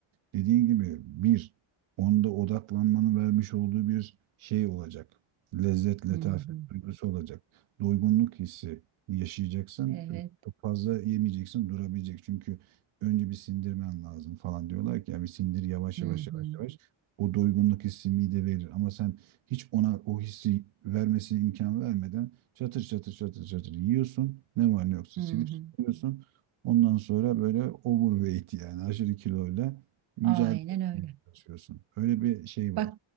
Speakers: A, on the right; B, on the right.
A: dediğin gibi bir onda odaklanmanın vermiş olduğu bir şey olacak. Lezzet, letafet
B: Hı hı.
A: duygusu olacak. Doygunluk hissi yaşayacaksın.
B: Evet.
A: Çok fazla yemeyeceksin, durabilecek. Çünkü önce bir sindirmen lazım falan diyorlar ki ya bir sindir yavaş
B: Hı
A: yavaş
B: hı.
A: yavaş yavaş. O doygunluk hissi mide verir ama sen hiç ona o hissi vermesine imkan vermeden çatır çatır çatır çatır yiyorsun. Ne var ne yoksa
B: Hı
A: silip
B: hı.
A: yiyorsun. Ondan sonra böyle overweight yani aşırı kiloyla mücadele
B: Aynen
A: etmeye
B: öyle.
A: çalışıyorsun. Öyle bir şey var.
B: Bak